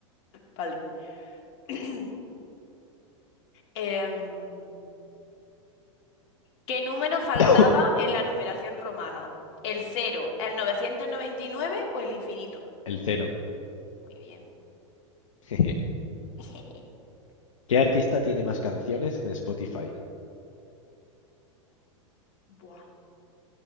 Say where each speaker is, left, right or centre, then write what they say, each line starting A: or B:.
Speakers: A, on the left (about 55°); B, on the left (about 80°).
A: Vale. <clears throat> Em, ¿qué número faltaba
B: <coughs>
A: en la numeración romana? ¿El cero el 999 o el infinito?
B: El cero.
A: Muy bien.
B: Jeje.
A: <laughs>
B: ¿Qué artista tiene más canciones en Spotify?
A: Buah.